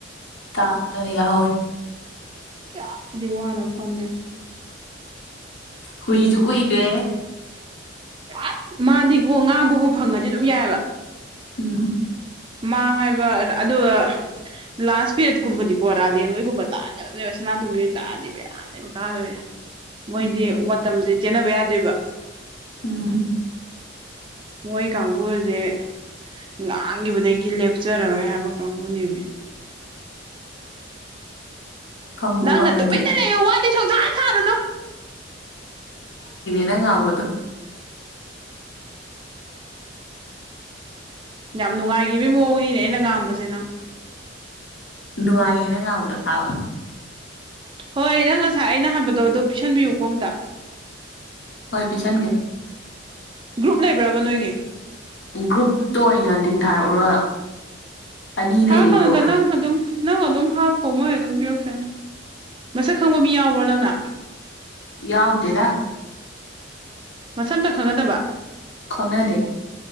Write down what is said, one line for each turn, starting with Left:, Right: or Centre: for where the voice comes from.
Left: ꯇ ꯑ ꯌꯥꯎꯍꯧꯋꯤ
Right: ꯀꯌꯥꯗꯤ ꯋꯥꯅ ꯐꯝꯃꯦ
Left: ꯀꯨꯏꯁꯨ ꯀꯨꯏꯒ꯭ꯔꯦ ꯍꯦ
Right: ꯄꯥꯠ ꯃꯥꯗꯤꯀꯣ ꯉꯥꯡꯕꯕꯨ ꯐꯪꯉꯗꯤ ꯑꯗꯨꯝ ꯌꯥꯏꯕ
Left: ꯎꯝ
Right: ꯃꯥ ꯍꯥꯏꯕ ꯑꯗꯨꯒ ꯂꯥꯁ ꯄꯦꯔꯠꯀꯨꯝꯕꯗꯤꯀꯣ ꯔꯥꯖꯦꯟ ꯍꯣꯏꯒꯨꯝꯕ ꯇꯥꯛꯍꯟꯒꯗꯕꯅꯦꯕ ꯁꯅꯥꯇꯨꯝꯕꯤ ꯍꯣꯏꯅ ꯇꯥꯛꯑꯗꯤ ꯕꯦꯔꯥ <unintelligible> ꯃꯣꯏꯗꯤ
Left: ꯎꯝ
Right: ꯃꯇꯝꯁꯦ ꯆꯦꯟꯅꯕ ꯌꯥꯗꯦꯕ
Left: ꯎꯝ
Right: ꯃꯣꯏ ꯀꯥꯡꯕꯨꯁꯦ ꯂꯥꯡꯈꯤꯕꯗꯒꯤ ꯂꯦꯞꯆꯔꯔꯣꯏ ꯍꯥꯏꯕ ꯀꯥꯡꯕꯨꯨꯅꯦꯃꯤ
Left: ꯐꯪꯕꯨ
Right: ꯅꯪꯅ
Left: ꯐꯪꯉꯗꯤ
Right: ꯇꯨꯃꯤꯟꯅ ꯂꯩꯌꯨ ꯋꯥꯗꯤ ꯁꯨꯁꯥꯥꯟ ꯁꯥꯔꯨꯅꯨ
Left: ꯅꯪꯅ ꯉꯥꯡꯕꯗꯨ
Right: ꯌꯥꯝ ꯅꯨꯡꯉꯥꯏꯈꯤꯕꯒꯤ ꯃꯑꯣꯡꯅꯤꯅꯦ ꯑꯩꯅ ꯉꯥꯡꯕꯁꯦ ꯅꯪ
Left: ꯅꯨꯡꯉꯥꯏꯌꯦ ꯅꯪꯅ ꯉꯥꯡꯕꯗꯣ ꯇꯥꯕ
Right: ꯍꯣꯏ ꯅꯪ ꯉꯁꯥꯏ ꯑꯩꯅ ꯍꯟꯕꯗꯣ ꯑꯗꯣ ꯄꯤꯁꯟꯕꯤꯌꯨ ꯀꯣ ꯑꯝꯇ
Left: ꯍꯣꯏ ꯄꯤꯁꯟꯒꯦ
Right: ꯒ꯭ꯔꯨꯞ ꯂꯩꯕ꯭ꯔꯕ ꯅꯣꯏꯒꯤ
Left: ꯒ꯭ꯔꯨꯞꯇꯣ ꯑꯣꯏꯅ ꯂꯤꯡ ꯊꯥꯔꯛꯎꯔꯣ ꯑꯅꯤ
Right: ꯊꯥꯔꯛꯀꯅꯨꯗ
Left: ꯂꯩꯌꯦ ꯒ꯭ꯔꯨꯞ
Right: ꯅꯪ ꯑꯗꯨꯝ ꯅꯪ ꯑꯗꯨꯝ ꯍꯥꯞꯈꯣ ꯃꯣꯏ ꯑꯗꯨꯝ ꯄꯤꯔꯛꯆꯅꯤ ꯃꯁꯛ ꯈꯪꯕ ꯃꯤ ꯌꯥꯎꯕ꯭ꯔ ꯅꯪꯅ
Left: ꯌꯥꯎꯗꯦꯗ
Right: ꯃꯁꯛ ꯑꯝꯇ ꯈꯪꯅꯗꯕ
Left: ꯈꯪꯅꯗꯦ